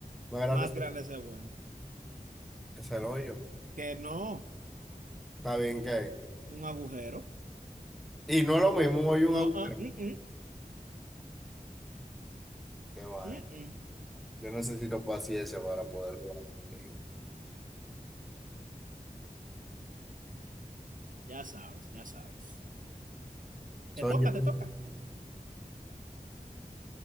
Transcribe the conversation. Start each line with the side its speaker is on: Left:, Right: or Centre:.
Centre: más grande
Right: Más
Centre: es
Right: grande se vuelve.
Centre: es el hoyo.
Right: Que no,
Centre: Está bien que.
Right: un agujero.
Centre: Y no es lo mismo un hoyo
Right: No,
Centre: y un agujero.
Right: ah, mm, mm,
Centre: Qué vaina.
Right: mm, mm.
Centre: Yo necesito paciencia para poder jugar contigo.
Right: Ya sabes, ya sabes.
Centre: Soy
Right: Te toca,
Centre: yo.
Right: te toca.